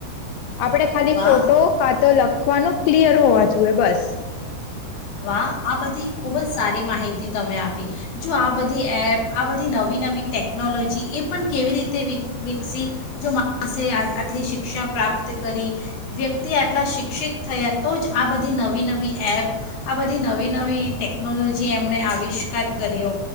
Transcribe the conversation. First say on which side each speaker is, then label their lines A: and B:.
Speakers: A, on the left; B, on the left.
A: આપડણે ખાલી
B: વાહ
A: ફોટો કાતો તો લગ લખવાનું ક્લિયર હોવા જોઈએ બસ
B: વાહ આ બધી ખૂબ જ સારી માહિતી તમે આપી જો આ બધી એપ આ બધી નવી નવી ટેકનોલોજી એ પણ કેવી રીતે વિકસી જો માણસે આટલી શિક્ષા પ્રાપ્ત કરી વ્યક્તિ આટલા શિક્ષિત થયા તો જ આ બધી નવી નવી એપ આ બધી બધી નવી નવી ટેકનોલોજી એમણે આવિષ્કાર કર્યો